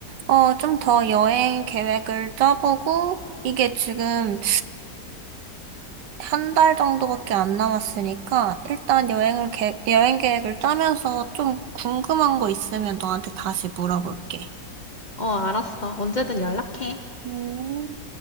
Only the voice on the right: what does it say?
어, 좀 더 여행 계획을 짜보고, 이게 지금 한 달 정도밖에 안 남았으니까 일단 여행을 계, 여행 계획을 짜면서 좀 궁금한 거 있으면 너한테 다시 물어볼게.
음.